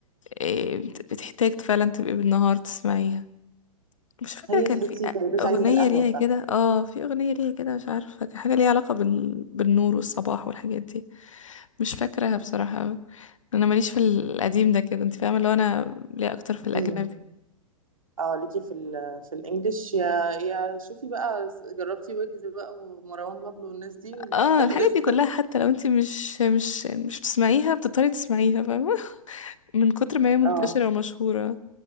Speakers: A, on the left; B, on the right.
A: إيه، بت- بتحتاج فعلا تبقي بالنهار تسمعيها مش فاكره
B: هي
A: كان
B: تحسي
A: في أ-
B: فيروز
A: اغنيه
B: عايزه القهوه
A: ليها
B: بتاعتك
A: كده اه في اغنيه ليها كده مش عارفه كان حاجه ليها علاقه بال... بالنور والصباح والحاجات دي مش فاكراها بصراحه أوي. انا ماليش في القديم ده كده انت فاهمه اللي هو انا ليا اكتر في الاجنبي
B: مم. اه ليكي في ال في الانجليش يا يا شوفي بقى جربتي ويجز بقى ومروان بابلو والناس دي ولا
A: اه الحاجات
B: <laughs> لسه
A: دي كلها حتى لو انت مش مش مش بتسمعيها بتضطري تسمعيها فاهمة <laughs> من كتر ما هي منتشرة
B: اه
A: ومشهورة